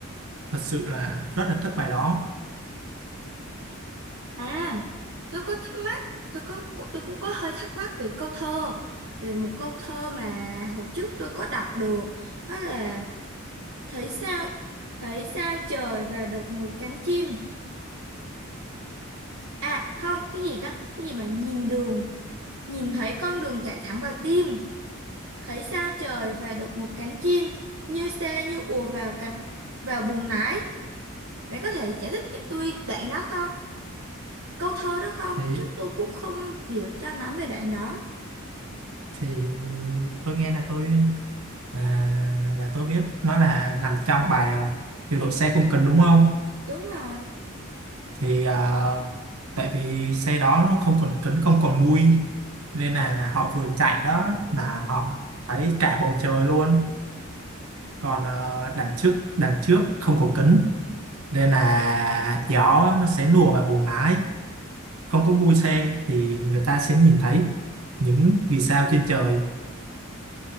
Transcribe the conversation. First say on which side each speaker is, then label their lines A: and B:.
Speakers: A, on the right; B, on the right.
A: thật sự là rất là thích bài đó
B: à tôi có thắc mắc tôi có cu- tôi cũng có hơi thắc mắc về câu thơ về một câu thơ mà hồi trước tôi có đọc được đó là thấy sao thấy sao trời và đột ngột cánh chim à không cái gì đó cái gì mà nhìn đường nhìn thấy con đường chạy thẳng vào tim thấy sao trời và được một cánh chim như xe như ùa vào cánh vào buồng lái bạn có thể giải thích giúp tôi đoạn đó không câu thơ đó không
A: thì
B: chứ tôi cũng không hiểu cho lắm về đoạn đó
A: thì tôi nghe là tôi là là tôi biết nó là nằm trong bài à, điều độ xe không cần đúng không
B: đúng rồi
A: thì à, tại vì xe đó nó không còn kính không còn mui nên là họ vừa chạy đó là họ thấy cả bầu trời luôn còn à, đằng trước đằng trước không có kính nên là gió nó sẽ lùa vào buồng lái không có mui xe thì người ta sẽ nhìn thấy những vì sao trên trời